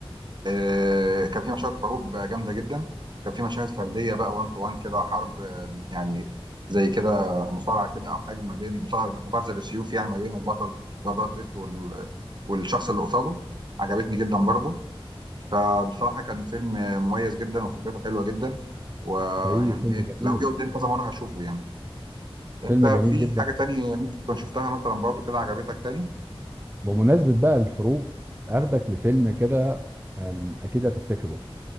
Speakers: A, on the right; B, on the right.
A: آه، كان في مشاهد حروب جامده جدا كان في مشاهد فرديه بقى وان تو وان كده حرب آه، يعني زي كده مصارعه كده او حاجه ما بين مصارعه مبارزه بالسيوف يعني ما بين البطل اللي هو براد بيت وال- والشخص اللي قصاده عجبتني جدا برضه فبصراحه كان فيلم مميز جدا وفكرته حلوه جدا ويعني
B: حقيقي فيلم
A: ايه
B: جميل
A: لو جه قدامي كذا مره هشوفه يعني انت
B: فيلم
A: في
B: جميل جدا
A: حاجة تانية ممكن تكون شفتها مثلا برضو كده عجبتك تاني
B: بمناسبة بقى الحروب هاخدك لفيلم كده أم، أكيد هتفتكره